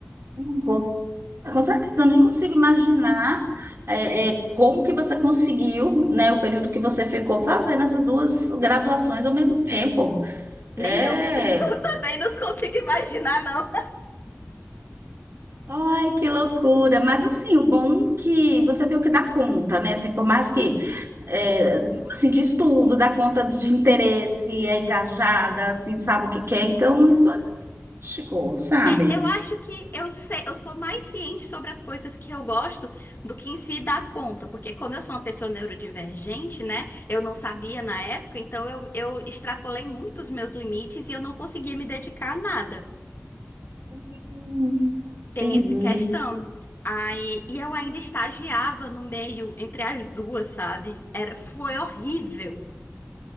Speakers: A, on the right; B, on the left.
A: Não vou- Com certeza, eu nem consigo imaginar é, é, como que você conseguiu, né, o período que você ficou fazendo essas duas graduações ao mesmo tempo.
B: Nem
A: É
B: eu. <laughs> Eu também não consigo imaginar, não.
A: Ai, que loucura! Mas assim, o bom que você viu que dá conta, né? Assim, por mais que é, assim, de estudo, dá conta de interesse, é engajada, assim, sabe o que quer, então isso é chico, sabe?
B: É, eu acho que eu sei, eu sou mais ciente sobre as coisas que eu gosto do que em si dar conta, porque como eu sou uma pessoa neurodivergente, né? Eu não sabia na época, então eu, eu extrapolei muito os meus limites e eu não conseguia me dedicar a nada.
A: Hum,
B: Tem
A: Entendi.
B: essa questão. Aí, e eu ainda estagiava no meio, entre as duas, sabe? Era, foi horrível.